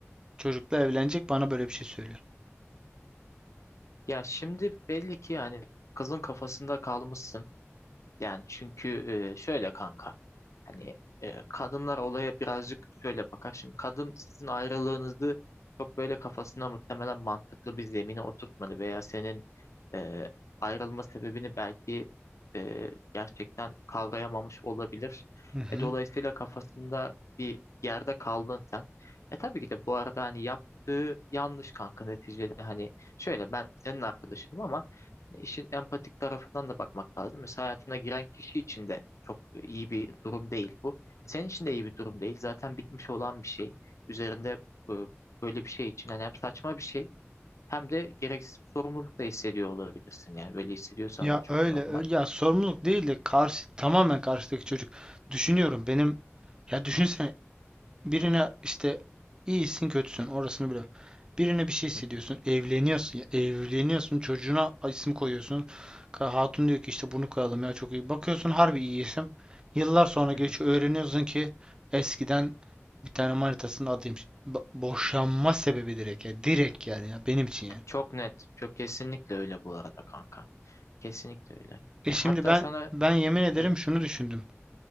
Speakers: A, on the right; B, on the left.
A: Çocukla evlenecek bana böyle bir şey söylüyor.
B: Ya şimdi belli ki yani kızın kafasında kalmışsın. Yani çünkü e, şöyle kanka hani e, kadınlar olaya birazcık şöyle bakar. Şimdi kadın sizin ayrılığınızı çok böyle kafasına muhtemelen mantıklı bir zemine oturtmadı veya senin e, ayrılma sebebini belki e, gerçekten kavrayamamış olabilir.
A: Hı hı.
B: E, dolayısıyla kafasında bir yerde kaldın sen. E tabii ki de bu arada hani yaptığı yanlış kanka neticede hani şöyle ben senin arkadaşınım ama İşin empatik tarafından da bakmak lazım. Mesela hayatına giren kişi için de çok iyi bir durum değil bu. E, Senin için de iyi bir durum değil. Zaten bitmiş olan bir şey. Üzerinde e, böyle bir şey için yani hem saçma bir şey hem de gereksiz bir sorumluluk da hissediyor olabilirsin. Yani böyle hissediyorsan
A: Ya
B: da çok
A: öyle,
B: normal.
A: öyle ya sorumluluk değil de karşı tamamen karşıdaki çocuk. Düşünüyorum benim ya düşünsene birine işte iyisin kötüsün orasını bile. Birine bir şey
B: Hı hı,
A: hissediyorsun, evleniyorsun ya evleniyorsun çocuğuna isim koyuyorsun. Ka- Hatun diyor ki işte bunu koyalım ya çok iyi. Bakıyorsun harbi iyi isim. Yıllar sonra
B: hı
A: geçiyor
B: hı.
A: öğreniyorsun ki eskiden bir tane manitasının adıymış. Bo- boşanma sebebi direkt ya direkt yani ya benim için yani.
B: Çok net. Çok kesinlikle öyle bu arada kanka. Kesinlikle öyle.
A: E
B: Yani
A: şimdi
B: hatta
A: ben
B: sana
A: ben yemin ederim
B: e,
A: şunu düşündüm.